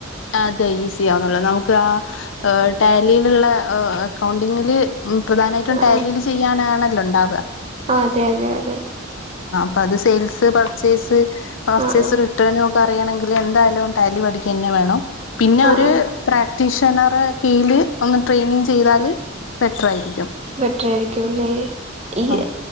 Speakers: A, on the left (about 75°); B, on the right (about 30°).
A: അതെ ഈസി ആവുന്നുള്ളൂ നമുക്ക് ആഹ് ടാലിയിലുള്ള അക്കൗണ്ടിങ്ങില് ഉം പ്രധാനമായിട്ടും
B: ആഹ്
A: ടാലീല്
B: ആഹ്
A: ചെയ്യാനാണല്ലോ ഉണ്ടാവ
B: അതെ അതെ അതെ
A: അപ്പ അത് സെയിൽസ് പർച്ചേസ് പർച്ചേസ്
B: ആഹ് ആഹ്
A: റിട്ടേൺ ഒ ക്കെ അറിയണെങ്കിൽ എന്തായാലും ടാലി പഠിക്കന്നെ വേണം പിന്നെ അവർ
B: ആഹ് ആഹ്
A: പ്രാ ടിഷനറെ കീഴിൽ ഒന്ന് ട്രെയിനിങ് ചെയ്താല് ബെറ്റർ ആയിരിക്കും
B: ബെറ്റർ ആയിരിക്കുംല്ലെ ഈ
A: ആഹ്